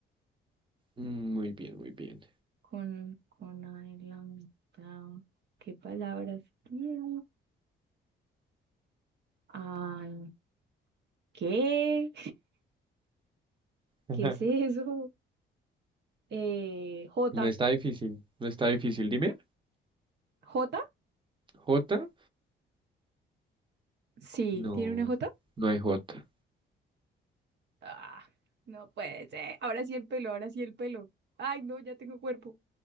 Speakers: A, on the right; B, on the right.
A: Mm, Muy bien, muy bien.
B: con, con A en la mitad. ¿Qué palabras tiene? Ay, ¿qué? <laughs>
A: <laughs>
B: ¿Qué es eso? Eh, J.
A: No está difícil, no está difícil. Dime,
B: ¿J?
A: ¿J?
B: Sí,
A: No,
B: tiene una J.
A: no hay J.
B: Ah, no puede ser. Ahora sí el pelo, ahora sí el pelo. Ay, no, ya tengo cuerpo.